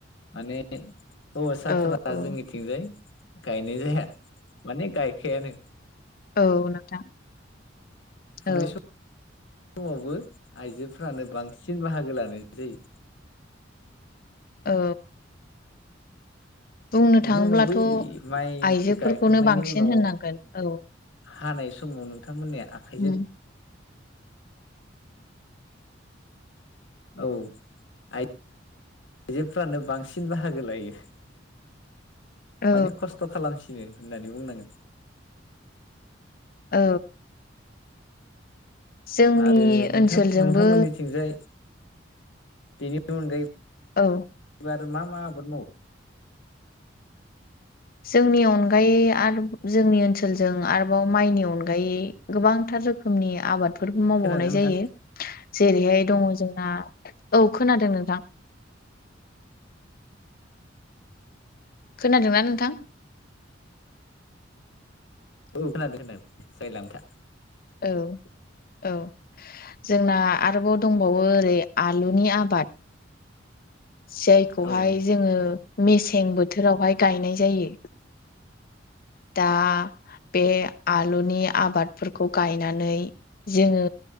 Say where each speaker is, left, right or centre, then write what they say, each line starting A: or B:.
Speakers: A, on the left; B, on the left.
A: माने हौवासाफोरा
B: औ औ
A: जोंनिथिंजाय गायनाय जाया माने गायखायानो।
B: औ नोंथां।
A: फुनाय
B: औ
A: सम समावबो आइजोफ्रानो बांसिन बाहागो लानाय जायो।
B: औ। बुंनो
A: बेनि
B: थाङोब्लाथ'
A: उनाव बै माइखो
B: आइजोफोरखौनो
A: गायखांनायनि
B: बांसिन
A: उनाव
B: होननांगोन औ
A: हानाय समाव नोंथांमोननिया आखाइजों
B: उम
A: औ आइजोफ्रानो बांसिन बाहागो लायो।
B: औ
A: माने खस्थ' खालामसिनो होननानै बुंनांगोन।
B: औ। जोंनि
A: आरो नोंथां
B: ओनसोलजोंबो
A: नोंथांमोननिथिंजाय बेनि अनगायै
B: औ।
A: आरो मा मा आबाद मावो?
B: जोंनि अनगायै आरो जोंनि ओनसोलजों आरोबाव माइनि अनगायै गोबांथार रोखोमनि आबाद बेफोरबो मावबावनाय
A: खोनादों नोंथां?
B: जायो जेरैहाय दङ जोंना औ खोनादों नोंथां। खोनादोंना नोंथां?
A: औ खोनादों नोंथां जायलाबायथा
B: औ औ जोंना आरोबाव दंबावो ओरै आलुनि आबाद जायखौहाय
A: औ
B: जोङो मेसें बोथोरावहाय गायनाय जायो। दा बे आलुनि आबादफोरखौ गायनानै जोङो